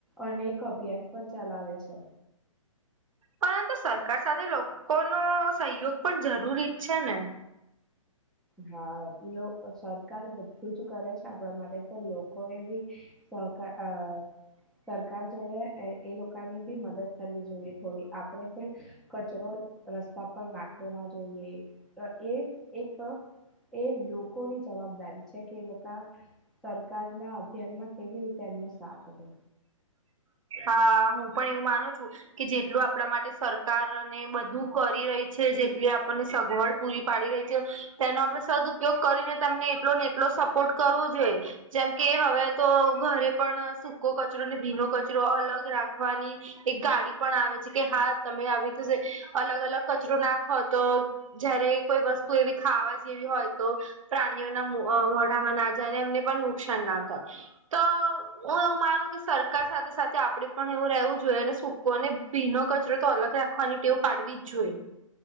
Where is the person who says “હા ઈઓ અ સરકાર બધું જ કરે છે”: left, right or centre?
Centre